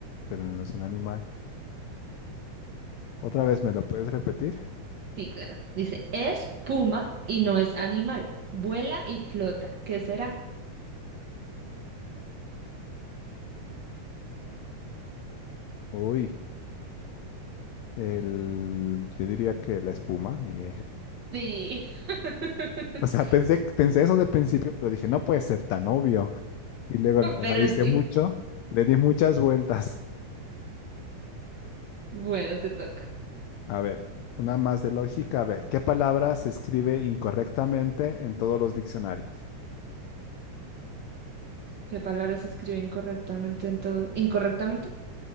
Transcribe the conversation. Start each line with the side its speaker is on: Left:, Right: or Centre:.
Left: pero no es un animal. Otra vez, ¿me lo puedes repetir?
Right: sí, claro. Dice, es puma y no es animal, vuela y flota. ¿Qué será?
Left: Uy, el, yo diría que la espuma. y, eh,
Right: Sí, <laughs>
Left: <laughs> O sea, pensé, pensé eso de principio, pero dije, no puede ser tan obvio. y luego lo
Right: pero
Left: analicé
Right: sí.
Left: mucho, le di muchas vueltas.
Right: Bueno, te toca.
Left: A ver, una más de lógica. A ver, ¿qué palabra se escribe incorrectamente en todos los diccionarios? <laughs>
Right: ¿Qué palabra se escribe incorrectamente en todo? ¿Incorrectamente?